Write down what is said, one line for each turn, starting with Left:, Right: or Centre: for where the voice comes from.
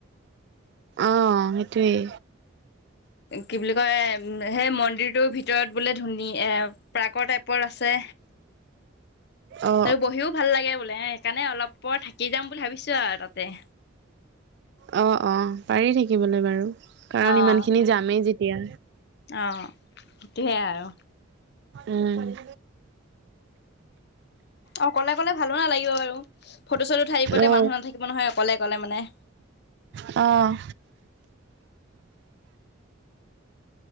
Right: অ সেইটোৱেই
Left: কি বুলি কয় সেই মন্দিৰটোৰ ভিতৰত বোলে ধুনীয়া এ প্ৰাকৰ টাইপৰ আছে
Right: অ
Left: ত বহিও ভাল লাগে বোলে সেইকাৰণে অলপ পৰ থাকি যাম বুলি ভাবিছো আৰু তাতে
Right: অ অ পাৰি থাকিবলৈ বাৰু কাৰণ
Left: অ',
Right: ইমান খিনি যামেই যেতিয়া
Left: অ', সেইটোহে আৰু
Right: উম
Left: অকলে অকলে ভালো নালাগিব বাৰু ফটো চটো উঠাই দিবলে
Right: অ
Left: মানুহ নাথাকিব নহয় অকলে গ'লে মানে
Right: অঁ